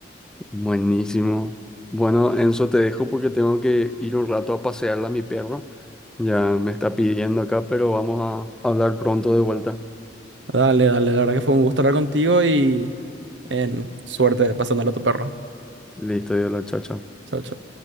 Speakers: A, in the centre; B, on the right.
A: Buenísimo. Bueno, Enzo, te dejo porque tengo que ir un rato a pasearla a mi perro. Ya me está pidiendo acá, pero vamos a hablar pronto de vuelta.
B: Dale, dale, la verdad que fue un gusto hablar contigo y en suerte pasándole a tu perro.
A: Listo, la chao, chao.
B: Chao, chao.